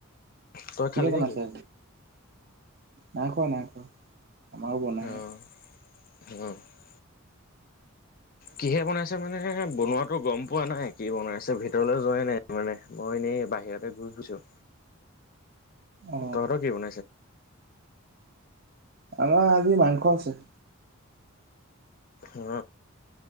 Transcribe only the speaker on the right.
কিহে
বনাইছে।
নাই খোৱা নাই খোৱা আমাৰো বনাই
আ।
অ
আমাৰ আজি মাংস আছে।